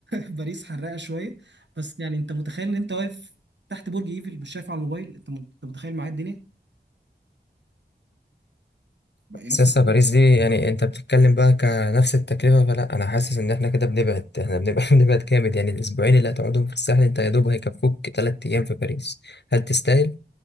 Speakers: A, on the right; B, on the left.
A: باريس حراقه شويه بس يعني انت متخيل ان انت واقف تحت برج ايفل مش شايف على الموبايل انت مت- انت متخيل معايا الدنيا بقى يا
B: بس
A: اسطى
B: لسه
A: كلمة،
B: باريس دي يعني انت بتتكلم بقى كنفس التكلفة فلا انا حاسس ان احنا كده بنبعد احنا بنبعد <laughs> بنبعد جامد يعني الاسبوعين اللي هتقعدهم في الساحل انت يا دوب هيكفوك تلات ايام في باريس هل تستاهل؟